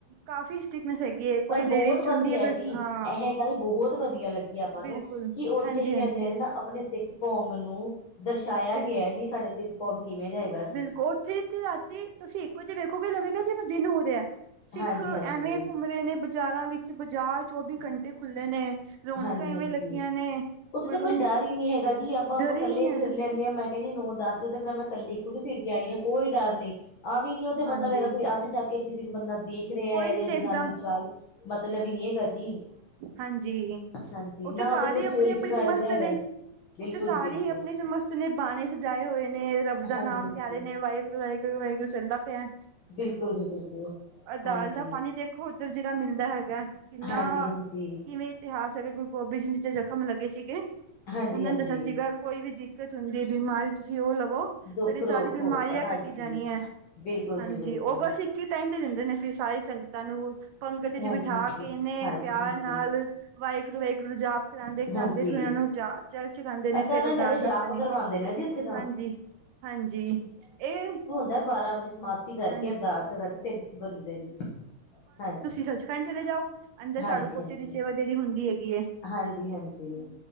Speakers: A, on the right (about 85°); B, on the left (about 60°).
A: ਕਾਫ਼ੀ ਸਟਿਕਨੈਸ ਹੈਗੀ ਹੈ। ਕੋਈ
B: ਪਰ
A: ਲੇਡੀਜ਼
B: ਬਹੁਤ
A: ਚੁੰਨੀ
B: ਵਧੀਆ
A: ਅਗਰ
B: ਜੀ
A: ਹਾਂ।
B: ਇਹ ਗੱਲ ਬਹੁਤ ਵਧੀਆ ਲੱਗੀ ਆਪਾਂ
A: ਬਿਲਕੁਲ
B: ਨੂੰ ਕਿ ਉੱਥੇ
A: ਹਾਂਜੀ
B: ਹੀ ਕਹਿੰਦੇ
A: ਹਾਂਜੀ
B: ਨੇ ਨਾ ਆਪਣੇ ਸਿੱਖ ਕੌਂਮ ਨੂੰ ਦਰਸਾਇਆ
A: ਬਿਲ
B: ਗਿਆ ਜੀ ਸਾਡੇ ਸਿੱਖ ਕੌਮ ਕਿਵੇਂ ਦੇ ਹੈਗਾ। ਸੀ
A: ਬਿਲਕੁਲ ਉੱਥੇ ਤੇ ਰਾਤੀ ਤੁਸੀਂ ਕੁੱਝ ਵੇਖੋਗੇ ਲੱਗੇਗਾ ਜਿਵੇ ਦਿਨ ਹੋ ਰਿਹਾ ਆ ਸਿੱਖ
B: ਹਾਂਜੀ ਹਾਂਜੀ
A: ਐਵੇਂ ਘੁੰਮ ਰਹੇ ਨੇ। ਬਾਜ਼ਾਰਾਂ ਵਿੱਚ ਬਾਜ਼ਾਰ ਚੌਵੀ ਘੰਟੇ ਖੁੱਲ੍ਹੇ ਨੇ। ਰੌਣਕਾਂ
B: ਹਾਂਜੀ,
A: ਐਵੇਂ
B: ਹਾਂਜੀ
A: ਲੱਗੀਆਂ ਨੇ
B: ਉੱਥੇ
A: ਮਤਲਬ
B: ਤਾਂ ਕੋਈ ਡਰ ਹੀ ਨਹੀਂ ਹੈਗਾ ਜੀ ਆਪਾਂ ਆਪਾਂ
A: ਡਰ
B: ਇਕੱਲੇ
A: ਹੀ ਨਹੀਂ ਹੈ
B: ਫਿਰਲੇ ਕੇ ਮੈਂ ਕਹਿੰਦੀ ਹਾਂ ਨੋ ਦੱਸ ਵਜੇ ਤੱਕ ਮੈਂ ਕੱਲੀ ਖੁਦ ਫਿਰ ਕੇ ਆਈ ਹਾਂ ਕੋਈ ਡਰ ਨਹੀਂ। ਆਹ ਵੀ ਨੀ ਉੱਥੇ ਮਤਲਬ
A: ਹਾਂਜੀ
B: ਹੈਗਾ। ਕੋਈ ਅੱਖ ਚੱਕ ਕੇ ਕਿਸੇ ਨੂੰ ਬੰਦਾ ਦੇਖ ਵੇਖ ਰਿਹਾ
A: ਕੋਈ
B: ਜਾਂ
A: ਨੀ ਦੇਖਦਾ
B: ਜਨਾਨੀ ਚਲਰੀ ਮਤਲਬ ਹੀ ਨੀ ਹੈਗਾ ਜੀ।
A: ਹਾਂਜੀ--ਉੱਥੇ
B: ਹਾਂਜੀ ਨਾ
A: ਸਾਰੇ
B: ਉਹਦੇ ਕੋਈ
A: ਆਪਣੇ-
B: ਚੋਰੀ
A: ਆਪਣੇ
B: ਚੁਕਾਰੀ
A: ਚ ਮਸਤ
B: ਦਾ ਹੈਗਾ
A: ਨੇ,
B: ਹੈ ਬਿਲਕੁਲ
A: ਉੱਥੇ ਸਾਰੇ
B: ਜੀ ਬਿਲਕੁਲ
A: ਹੀ ਆਪਣੇ ਚ ਮਸਤ ਇਤਨੇ ਬਾਣੇ ਸਜਾਏ ਹੋਏ ਨੇ, ਰੱਬ ਦਾ
B: ਹਾਂਜੀ
A: ਨਾਮ
B: ਹਾਂਜੀ
A: ਧਿਆ ਰੇ ਨੇ, ਵਾਹਿਗੁਰੂ, ਵਾਹਿਗੁਰੂ, ਵਾਹਿਗੁਰੂ ਚੱਲਦਾ ਪਿਆ।
B: ਬਿਲਕੁਲ ਜੀ ਬਿਲਕੁਲ।
A: ਆ ਦਾਲ
B: ਹਾਂਜੀ
A: ਦਾ ਪਾਣੀ ਦੇਖੋ ਓਧਰ ਜਿਹੜਾ ਮਿਲਦਾ ਹੈਗਾ, ਕਿੰਨਾ
B: ਹਾਂਜੀ ਹਾਂਜੀ
A: ਕਿਵੇਂ ਇਤਿਹਾਸ ਸ ਗੁਰੂ ਗੋਬਿੰਦ ਸਿੰਘ ਜੀ ਦੇ ਜਖਮ ਲੱਗੇ ਸੀਗੇ,
B: ਹਾਂਜੀ
A: ਉਹਨਾਂ
B: ਹਾਂਜੀ
A: ਨੇ ਦੱਸਿਆ ਸੀਗਾ ਕੋਈ ਵੀ ਦਿੱਕਤ ਹੁੰਦੀ ਬਿਮਾਰੀ, ਤੁਸੀਂ ਉਹ ਲਵੋ ਤੁਹਾਡੀ
B: ਦੁੱਖ
A: ਸਾਰੀ
B: ਰੋਗ
A: ਬਿਮਾਰੀਆਂ
B: ਹੋਦਾ ਹਾਂਜੀ
A: ਕੱਟੀ ਜਾਣੀਆ
B: ਬਿਲਕੁਲ
A: ਹਾਂਜੀ,
B: ਜੀ ਬਿਲਕੁਲ
A: ਉਹ ਬਸ ਇੱਕ ਇਕ ਟਾਈਮ ਤੇ ਦਿੰਦੇ ਨੇ, ਫਿਰ ਸਾਰੀ ਸੰਗਤਾਂ ਨੂੰ ਪੰਗਤ ਚ
B: ਹਾਂਜੀ
A: ਬਿਠਾ
B: ਹਾਂਜੀ
A: ਕੇ ਇੰਨੇ
B: ਹਾਂਜੀ
A: ਪਿਆਰ
B: ਹਾਂਜੀ
A: ਨਾਲ, ਵਾਹਿਗੁਰੂ- ਵਾਹਿਗੁਰੂ ਜਾਪ ਕਰਾਂਦੇ ਕਰਾਂਦੇ
B: ਹਾਂਜੀ
A: ਫਿਰ ਉਹਨਾਂ ਨੂੰ ਜਾ ਜਲ ਛਕਾਂਦੇ ਨੇ
B: ਅੱਧਾ
A: ਫਿਰ
B: ਘੰਟਾ
A: ਉਹ ਦਾਲ
B: ਤੇ
A: ਦਾ
B: ਜਾਪ
A: ਪਾਣੀ
B: ਕਰਵਾਉਂਦੇ ਨੇ ਜੀ ਉੱਥੇ ਤਾਂ
A: ਹਾਂਜੀ ਹਾਂਜੀ ਇਹ
B: ਬਸ ਬਾਰਾਂ ਵਜੇ ਸਮਾਪਤੀ ਕਰਕੇ,
A: ਹਾਂ
B: ਅਰਦਾਸ ਕਰਕੇ ਫਿਰ ਬਦਲਦੇ ਜੀ ਹਾਂਜੀ।
A: ਸਚਖੰਡ ਚਲੇ ਜਾਓ, ਅੰਦਰ
B: ਹਾਂਜੀ
A: ਝਾੜੂ ਪੋਚੇ
B: ਹਾਂਜੀ
A: ਦੀ ਸੇਵਾ ਜਿਹੜੀ ਹੁੰਦੀ ਹੈਗੀ ਏ।
B: ਹਾਂਜੀ, ਹਾਂਜੀ।